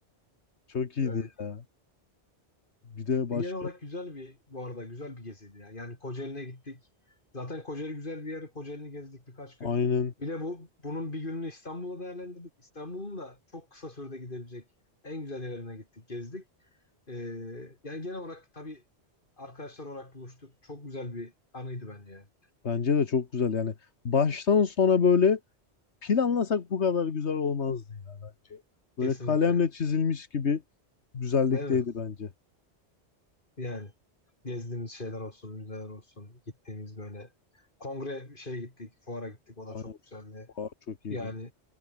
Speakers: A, on the left; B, on the left.
A: Çok iyiydi
B: Evet.
A: ya. Bir de başka
B: Genel olarak güzel bir bu arada güzel bir geziydi ya. Yani Kocaeli'ne gittik. Zaten Kocaeli güzel bir yer. Kocaeli'ni gezdik birkaç gün.
A: aynen
B: Bir de bu bunun bir gününü İstanbul'da değerlendirdik. İstanbul'un da çok kısa sürede gidebilecek en güzel yerlerine gittik, gezdik. Ee, yani genel olarak tabii arkadaşlar olarak buluştuk. Çok güzel bir anıydı bence yani.
A: bence de çok güzel yani. Baştan sona böyle planlasak bu kadar güzel olmazdı ya bence. Böyle
B: Kesinlikle.
A: kalemle çizilmiş gibi güzellikteydi
B: Değil mi?
A: bence.
B: Yani gezdiğimiz şeyler olsun, müzeler olsun, gittiğimiz böyle kongre şeye gittik, fuara gittik. O da
A: Aynen.
B: çok güzeldi.
A: Aa, çok iyiydi.
B: Yani